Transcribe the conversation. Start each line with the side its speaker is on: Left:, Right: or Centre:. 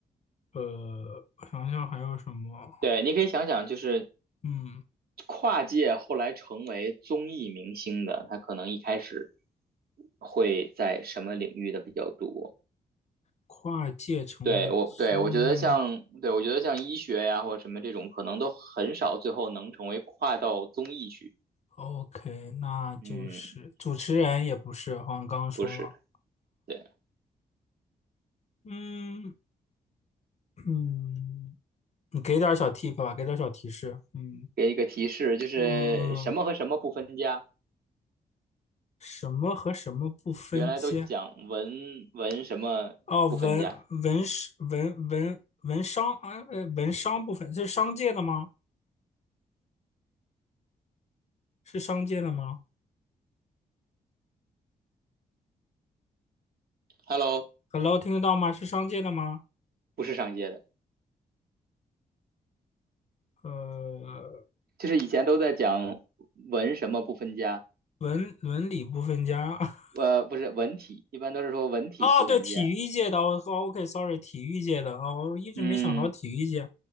Left: 呃，我想想还有什么？
Right: 对，你可以想想，就是
Left: 嗯，
Right: 跨界后来成为综艺明星的，他可能一开始会在什么领域的比较多？
Left: 跨界成为综艺。
Right: 对我对我觉得像对我觉得像医学呀或者什么这种，可能都很少最后能成为跨到综艺去。
Left: OK，那就是主持人也不是，
Right: 嗯，
Left: 好像刚刚说了。
Right: 不是，对。
Left: 嗯嗯，你给点儿小 tip 吧，给点儿小提示。嗯
Right: 给一个提示，就是什么和什么不分家？
Left: 嗯嗯，什么和什么不分家？
Right: 原来都讲文文什么不分家
Left: 哦，文文史文文文商啊，呃文商不分，这是商界的吗？是商界的吗
Right: ，Hello，
Left: ？Hello，听得到吗？是商界的吗？
Right: 不是上街的，
Left: 呃，
Right: 就是以前都在讲文什么不分家，
Left: 文文理不分家。<laughs>
Right: 呃，不是文体，一般都是说文体不分家。
Left: 啊，对，体育界的，哦哦，OK，sorry，体育界的啊，我一直没想到体育界
Right: 嗯，